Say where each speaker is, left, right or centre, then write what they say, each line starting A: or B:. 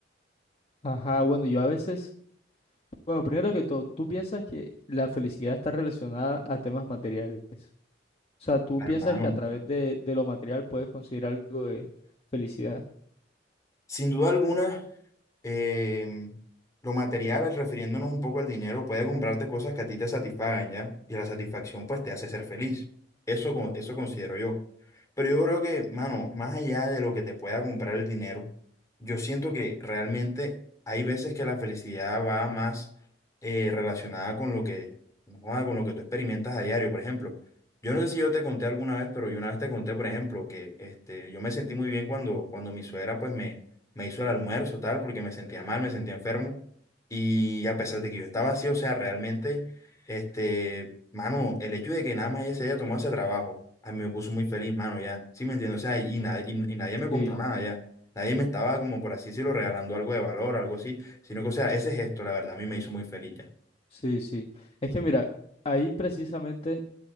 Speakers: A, on the left; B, on the left.
A: Ajá, bueno, yo a veces Bueno, primero que todo, tú piensas que la felicidad está relacionada a temas materiales. O sea, tú
B: Hermano.
A: piensas que a través de, de lo material puedes conseguir algo de felicidad.
B: Sin duda alguna, em, lo material, refiriéndonos un poco al dinero, puede comprarte cosas que a ti te satisfagan, ¿ya? Y la satisfacción, pues, te hace ser feliz. Eso, con- eso considero yo. Pero yo creo que, mano, más allá de lo que te pueda comprar el dinero, yo siento que realmente hay veces que la felicidad va más eh, relacionada con lo que, no, con lo que tú experimentas a diario, por ejemplo. Yo no sé si yo te conté alguna vez, pero yo una vez te conté, por ejemplo, que este, yo me sentí muy bien cuando, cuando mi suegra, pues, me me hizo el almuerzo, tal, porque me sentía mal, me sentía enfermo. Y a pesar de que yo estaba así, o sea, realmente, este, mano, el hecho de que nada más ella se haya tomado ese trabajo, a mí me puso muy feliz, mano, ya. ¿Sí me entiendes? O sea, y, nadie y, y nadie me
A: Sí,
B: compró nada ya. Nadie me estaba, como por así decirlo, regalando algo de valor, algo así, sino que, o sea, ese gesto, la verdad, a mí me hizo muy feliz ya.
A: sí, sí. Es que mira, ahí precisamente